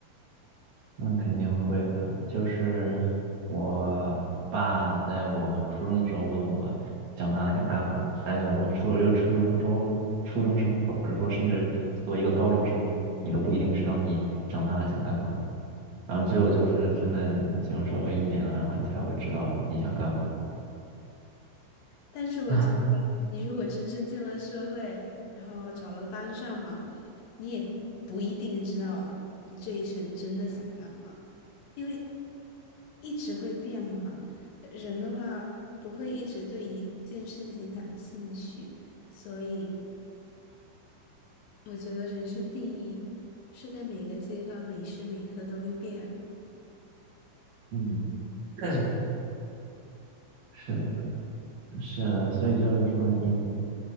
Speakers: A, on the right; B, on the left.
A: 那肯定会吧。就是我爸在我初中的时候问我长大了想干嘛，但是我作为一个初中生、初中生，或者说甚至作为一个高中生，你都不一定知道你长大了想干嘛。然后只有就是真的你进入社会一年了，然后你才会知道你想干嘛。
B: 但是我觉得，
A: 啊，
B: 你如果真正进了社会，然后找了个班上嘛，你也不一定知道你这一生真的想干嘛，因为一直会变嘛。呃人的话不会一直对一件事情感兴趣，所以我觉得人生定义是在每个阶段、每时每刻都会变。
A: 嗯，<clears throat> 是的，是的，所以就是说你